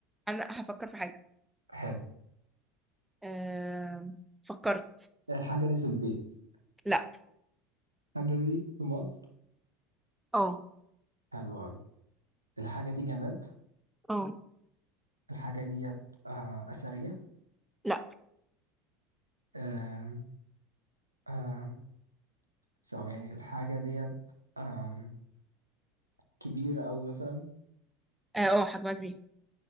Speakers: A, in the centre; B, on the right (about 80°).
A: انا هفكر في حاجة
B: حلو
A: أم... فكرت
B: الحاجة دي في البيت
A: لا
B: الحاجة دي في مصر
A: اه
B: حلو أوي الحاجة دي جماد
A: اه
B: الحاجة ديت آه أثرية
A: لا
B: آم، آم، ثواني الحاجة ديت آم، كبيرة أوي مثلا
A: اه آه، حجمها كبير